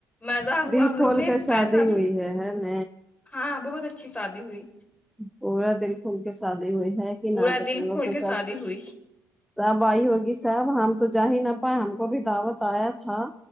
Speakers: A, on the left (about 15°); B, in the centre.
A: مزہ ہوا
B: دل
A: ہم
B: کھول
A: لوگ میں
B: کے شادی
A: پیسہ بھی
B: ہوئی ہے ہے ن
A: ہاں بہت اچھی شادی ہوئی
B: پورا دل کھول کے شادی ہوئی ہے کہ
A: پورا
B: نہ تو
A: دل
B: تم لوگ
A: کھول
B: تو
A: کے
B: سب
A: شادی ہوئی
B: سب آئی ہوگی صاحب ہم تو جا ہی نہ پائے ہم کو بھی دعوت آیا ہاں